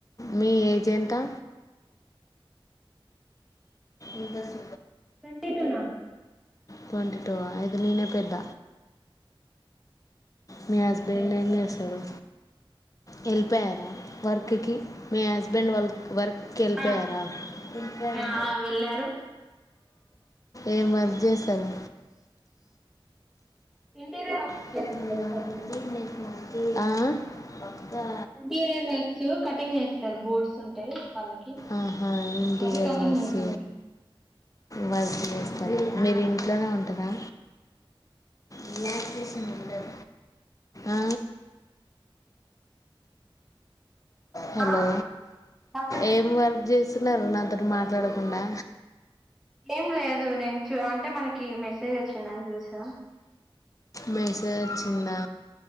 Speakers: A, on the left; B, in the centre.
A: మీ ఏజ్ వి ఎంతా ఇ బస్
B: ట్వంటీ టూ నా
A: ట్వంటీ టూ అయితే నేనే పెద్ద మీ హస్బెండ్
B: సరే
A: ఎమ్
B: దగ్గరే.
A: చేస్తాడు వెళ్ళిపోయారా వర్క్కి మీ హస్బెండ్ వాళ్ళు వర్క్కి వెళ్ళిపోయారా
B: ఆ
A: వెళ్ళిపోయారు
B: ఆ ఆ వెళ్ళారు
A: ఏమ్ అది చేశారు
B: ఇంటీరియర్ వర్క్స్
A: <unintelligible>
B: చేస్తారు కటింగ్
A: ఆ
B: ఇంటీరియర్ వర్క్స్ కటింగ్ చేస్తారు బోర్డ్స్ ఉంటాయి. వాళ్ళకి
A: అహా ఇంటీరియర్
B: అవి కటింగ్
A: వర్క్స్
B: చేస్తారు
A: వా చేస్త మీరు ఇంట్లోనే ఉంటరా రిలాక్సేషన్ ఉండదు ఆ హలో
B: ఆ ఆ చెప్పు
A: ఏం వర్క్ చేసి తున్నారు నా తోటి మాట్లాడకుండా
B: ఏం లేదు నించు అంటే మనకి కీ మెసేజ్ వచ్చిందని చూసా
A: మెసేజ్ వచ్చిందా